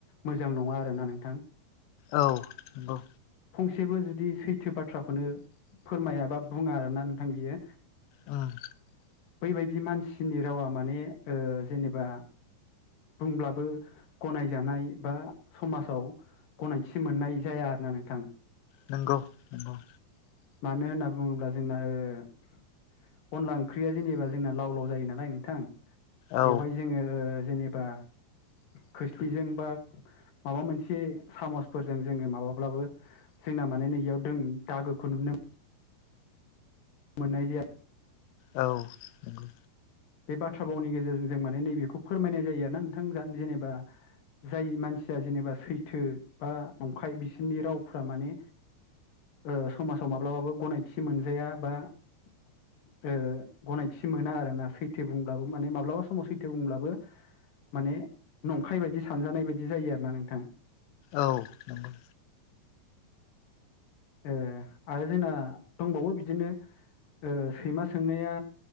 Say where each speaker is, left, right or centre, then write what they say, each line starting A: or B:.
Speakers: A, on the left; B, on the left.
A: मोजां नङा आरोना नोंथां
B: औ नंगौ
A: एसेबो जुदि सैथो बाथ्राखौनो फोरमायाबा बुङा आरोना नोंथां बियो
B: उम
A: बैबायदि मानसिनि रावा माने ओ जेनेबा बुंब्लाबो गनायजानाय बा समाजाव गनायथि मोननाय जाया आरोना नोंथां
B: नोंगौ ओं
A: मानो होनना बुङोब्ला जोंना ओ अनला ओंख्रिया जेनेबा जोंना लाव लाव जायो नालाय नोंथां
B: औ
A: बेवहाय जोङो जेनेबा खोस्लिजों बा माबा मोनसे सामसफोरजों जोङो माबाब्लाबो जोंना माने नैयाव दों दागोखौ नुनो मोननाय जाया
B: औ नंगौ
A: बे बाथ्रा भावनि गेजेरजों जों माने नैबेखौ फोरमायनाय जायो आरोना नोंथां जेनेबा जाय मानसिया जेनेबा सैथो बा नंखाय बिसोरनि रावफोरा माने ओ समासाव माब्लाबाबो गनायथि मोनजाया बा ओ गनायथि मोना आरोना सैथ सैथो बुंब्लाबो माने माब्लाबा समाव सैथो बुंब्लाबो माने नंखाय बायदि सानजानाय बायदि जायो आरोना नोंथां
B: औ नंगौ
A: ए आरो जोंना दंबावो बिदिनो ओ सैमा सोंनाया